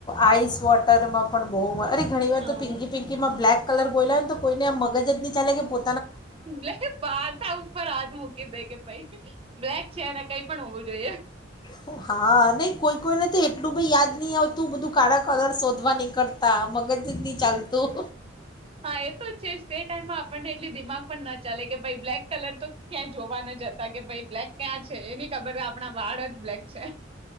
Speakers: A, on the left; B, on the right.
A: આઈસ વોટરમાં પણ બહુ માર અરે ઘણી વાર
B: હા
A: તો પિંકી પિંકી માં બ્લેક કલર બોએલા હોય તો કોઈને આમ મગજ નહીં ચાલે કે પો
B: લે બાથા ઉપર હાથ મૂકી દે કે ભાઈ બ્લેક છેને કઈ પણ હોવું જોઈએ.
A: હા નહીં કોઈ કોઈને તો એટલું યાદ નહી આવતું બધું કાળા કલર શોધવા ન નીકળતા મગજ જ નહીં ચાલતું
B: હ હા એ તો છે જ તે ટાઈમમાં આપણને એટલી દિમાગ પણ ના ચાલે કે ભ બ્લેક કલર તો ક્યાં જોવા ન જતા કે ભાઈ બ્લેક ક્યાં છે એ ન ખબર આપણા વાળ જ બ્લેક છે.